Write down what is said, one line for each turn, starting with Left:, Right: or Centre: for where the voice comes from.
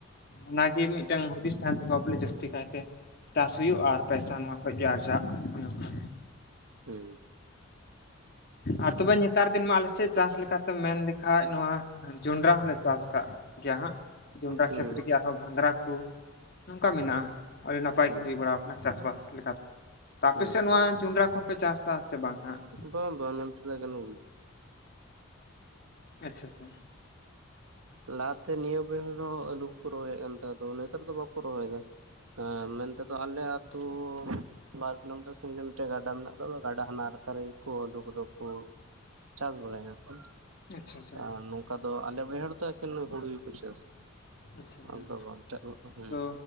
Left: ᱚᱱᱟᱜᱮ ᱢᱤᱫᱴᱟᱝ ᱦᱩᱫᱤᱥ ᱛᱟᱦᱮᱱ ᱛᱟᱠᱚᱣᱟ ᱵᱚᱞᱮ ᱡᱟᱹᱥᱛᱤ ᱠᱟᱭᱛᱮ ᱪᱟᱥ ᱦᱩᱭᱩᱜᱼᱟ ᱟᱨ ᱯᱮᱭᱥᱟ ᱱᱚᱣᱟ ᱠᱷᱚᱡ ᱜᱮ ᱟᱨᱡᱟᱜ ᱚᱱᱮ ᱚᱱᱠᱟ
Right: ᱦᱩᱸ᱾
Left: ᱟᱨ ᱛᱚᱵᱮ ᱱᱮᱛᱟᱨ ᱫᱤᱱ ᱢᱟ ᱟᱞᱮ ᱥᱮᱫ ᱪᱟᱥ ᱞᱮᱠᱟᱛᱮ ᱢᱮᱱ ᱞᱮᱠᱷᱟᱡ ᱱᱚᱣᱟ ᱡᱚᱸᱰᱨᱟ ᱦᱚᱸᱞᱮ ᱪᱟᱥ ᱠᱟᱜ ᱜᱮᱭᱟ ᱦᱟᱸᱜ ᱡᱚᱸᱰᱨᱟ
Right: ᱦᱩᱸ
Left: ᱠᱷᱮᱛ ᱨᱮᱜᱮ
Right: ᱦᱩᱸ
Left: ᱟᱨᱦᱚᱸ ᱜᱷᱟᱸᱜᱽᱨᱟ ᱠᱩ ᱱᱚᱝᱠᱟ ᱢᱮᱱᱟᱜᱼᱟ ᱾ ᱟᱹᱰᱤ ᱱᱟᱯᱟᱭ
Right: ᱦᱩᱸ
Left: ᱜᱮ ᱦᱩᱭ ᱵᱟᱲᱟᱣ ᱠᱟᱱᱟ ᱪᱟᱥᱼᱵᱟᱥ ᱞᱮᱠᱟᱛᱮ ᱾ ᱛᱚ ᱟᱯᱮᱥᱮᱫ
Right: ᱦᱩᱸ
Left: ᱱᱚᱣᱟ ᱡᱚᱸᱰᱨᱟ ᱠᱚᱦᱚᱯᱮ ᱪᱟᱥᱟ ᱥᱮ ᱵᱟᱝᱟ ᱦᱟᱸᱜ?
Right: ᱵᱟᱝ ᱵᱟᱝ ᱱᱚᱱᱛᱮ ᱫᱚ ᱮᱠᱮᱱ ᱦᱩᱲᱩ ᱜᱮ᱾
Left: ᱟᱪᱪᱷᱟ ᱟᱪᱪᱷᱟ᱾
Right: ᱞᱟᱦᱟᱛᱮ ᱱᱤᱭᱟᱹ ᱵᱟᱹᱭᱦᱟᱹᱲ ᱨᱮ ᱦᱚᱸ ᱟᱹᱞᱩ ᱠᱚᱠᱚ ᱨᱚᱦᱚᱭᱮᱫ ᱠᱟᱱ ᱛᱟᱦᱮᱸᱫ ᱟᱫᱚ ᱱᱮᱛᱟᱨ ᱫᱚ ᱵᱟᱠᱚ ᱨᱚᱦᱚᱭᱫᱟ ᱾ ᱦᱮᱸ ᱢᱮᱱᱛᱮᱫᱚ
Left: ᱟᱪᱪᱷᱟ
Right: ᱟᱞᱮ ᱟᱹᱛᱩ ᱵᱟᱨ ᱠᱤᱞᱳᱢᱤᱴᱟᱨ ᱥᱟᱜᱤᱧ ᱨᱮ ᱢᱤᱫᱴᱮᱱ ᱜᱟᱰᱟ ᱢᱮᱱᱟᱜ ᱠᱟᱫᱟ ᱜᱟᱰᱟ ᱦᱟᱱᱟ ᱞᱟᱛᱟᱨ ᱨᱮᱜᱮ ᱠᱚ ᱟᱹᱞᱩ ᱠᱚᱫᱚ ᱠᱚ ᱪᱟᱥ ᱵᱟᱲᱟᱭ ᱱᱚᱠᱛᱚ
Left: ᱟᱪᱪᱷᱟ
Right: ᱮ ᱱᱚᱝᱠᱟ ᱫᱚ ᱟᱞᱮ ᱵᱟᱹᱭᱦᱟᱹᱲ ᱛᱚ ᱮᱠᱮᱱ ᱦᱩᱲᱩ ᱜᱮᱠᱚ ᱪᱟᱥᱟ
Left: ᱟᱪᱪᱷᱟ ᱟᱪᱪᱷᱟ
Right: ᱟᱢ ᱫᱚ ᱵᱟᱝ <unintelligible> ᱦᱩᱸ
Left: ᱛᱚ